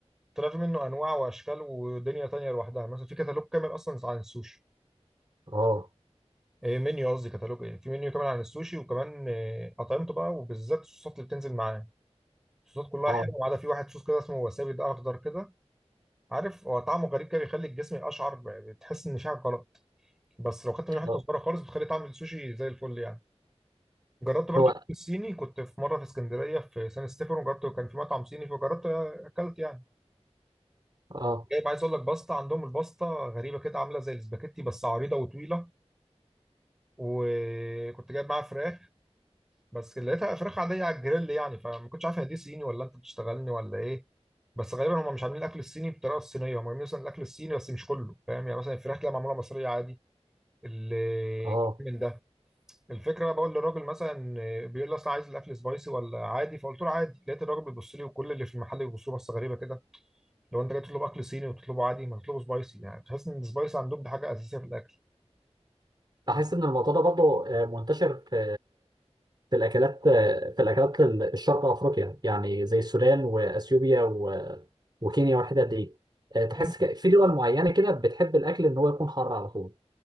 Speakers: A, in the centre; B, on the right.
A: طلع في منه انواع واشكال ودنيا تانية لوحدها مثلا في كتالوج كامل اصلا عن السوشي
B: اه
A: إيه منيو قصدي كتالوج ايه في منيو كامل عن السوشي وكمان إيه اطعمته بقى وبالذات الصوصات اللي بتنزل معاه الصوصات كلها
B: اه
A: حلوه ما عدا في واحد صوص كده اسمه وسابي ده اخضر كده عارف هو طعمه غريب كده بيخلي الجسم اشعر بتحس ان شعرك غلط بس لو خدت منه حته
B: اه
A: صغيره خالص بتخلي طعم السوشي زي الفل يعني جربت برضو
B: هو
A: الصيني كنت في مره في اسكندريه في سان ستيفانو جربت كان في مطعم صيني فجربت اكلت يعني
B: اه
A: جايب عايز اقول لك باستا عندهم الباستا غريبه كده عامله زي الاسباجيتي بس عريضه وطويله وكنت جايب معاها فراخ بس لقيتها فراخ عاديه على الجريل يعني فما كنتش عارف هي دي صيني ولا انت بتشتغلني ولا ايه بس غالبا هم مش عاملين الاكل الصيني بالطريقه الصينيه هم عاملين مثلا الاكل الصيني بس مش كله فاهم يعني مثلا الفراخ تلاقيها معموله مصريه عادي ال-
B: اه
A: من ده الفكره انا بقول للراجل مثلا بيقول لي اصل عايز الاكل سبايسي ولا عادي فقلت له عادي لقيت الراجل بيبص لي وكل اللي في المحل بيبصوا لي بصه غريبه كده لو انت جاي تطلب اكل صيني وتطلبه عادي ما تطلبه سبايسي يعني تحس ان السبايسي عندهم دي حاجه اساسيه في الاكل
B: بحس ان الموضوع ده برضه آه، منتشر في في الاكلات آه، في الاكلات ال- الشرق افريقيا يعني زي السودان واثيوبيا و- وكينيا والحتت دي آه، تحس
A: ممكن
B: ك- في دول معينه كده بتحب الاكل ان هو يكون حار على طول